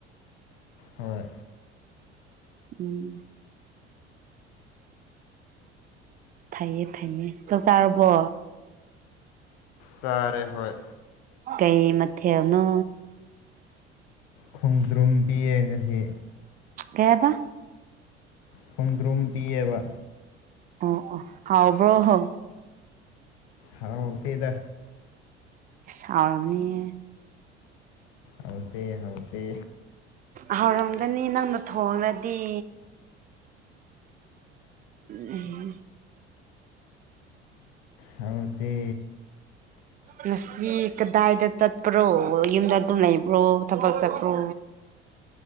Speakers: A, on the left; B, on the right.
A: ꯍꯣꯏ
B: ꯎꯝ ꯐꯩꯌꯦ ꯐꯩꯌꯦ ꯆ ꯇꯥꯔꯕꯣ
A: ꯆꯔꯦ ꯍꯣꯏ
B: ꯀꯩ ꯃꯊꯦꯜꯅꯣ
A: ꯈꯣꯡꯗ꯭ꯔꯨꯝ ꯄꯤꯔ ꯉꯁꯤ
B: ꯀꯦꯕ
A: ꯈꯣꯡꯗ꯭ꯔꯨꯝ ꯄꯤꯌꯦꯕ
B: ꯑꯣ ꯑꯣ ꯍꯥꯎꯕ꯭ꯔꯣ ꯍꯣ
A: ꯍꯥꯎ ꯇꯗ
B: ꯑꯩ ꯁꯥꯎꯔꯕꯅꯦꯌꯦ
A: ꯍꯧꯛꯇ ꯍꯧꯛꯇꯦ
B: ꯍꯧꯥꯎꯔꯝꯒꯅꯤ ꯅꯪꯅ ꯊꯣꯡꯂꯗꯤ ꯎꯝ
A: ꯍꯧꯗꯤ
B: ꯉꯁꯤ ꯀꯗꯥꯏꯗ ꯆꯠ ꯄ꯭ꯔꯣ ꯌꯨꯝꯗ ꯑꯗꯨꯝ ꯂꯩꯕ꯭ꯔꯣ ꯊꯕꯛ ꯆꯠꯄ꯭ꯔꯣ